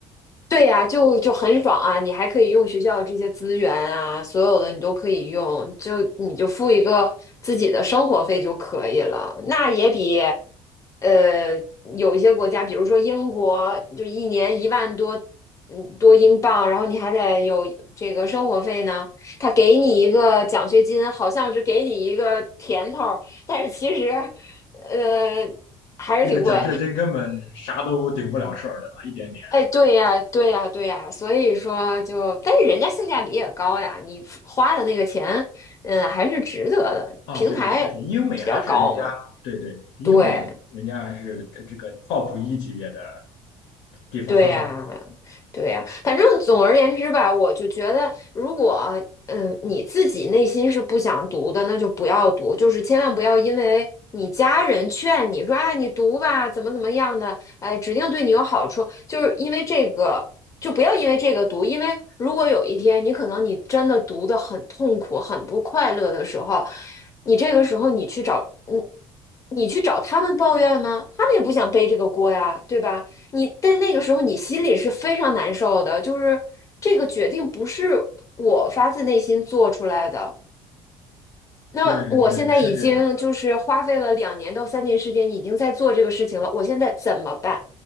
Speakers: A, on the left; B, on the left.
A: 对呀，就就很爽啊！你还可以用学校这些资源啊，所有的你都可以用，就你就付一个自己的生活费就可以了。那也比，呃，有一些国家，比如说英国，就一年一万多，嗯，多英镑，然后你还得有这个生活费呢。他给你一个奖学金，好像是给你一个甜头儿，但是其实，呃，还是挺贵。
B: 那个奖学金根本啥都顶不了事儿，对吧？一点点。
A: 哎，对呀，对呀，对呀，所以说就，但是人家性价比也高呀，你花的那个钱，嗯，还是值得的。
B: 哦，
A: 平台比较高嘛，
B: 对对，确实，英美还是人家，对对，英美人家还是这个
A: 对，
B: top 一级别的地方。
A: 对呀，对呀，反正总而言之吧，我就觉得，如果嗯你自己内心是不想读的，那就不要读，就是千万不要因为你家人劝你说，哎，你读吧，怎么怎么样的，哎，指定对你有好处，就是因为这个，就不要因为这个读，因为如果有一天你可能你真的读的很痛苦、很不快乐的时候，你这个时候你去找。嗯。你去找他们抱怨吗？他们也不想背这个锅呀，对吧？你但那个时候你心里是非常难受的，就是这个决定不是我发自内心做出来的。
B: <laughs>
A: 那我现在已经就是花费了两年到三年时间，
B: 对对，是这样的。
A: 已经在做这个事情了，我现在怎么办？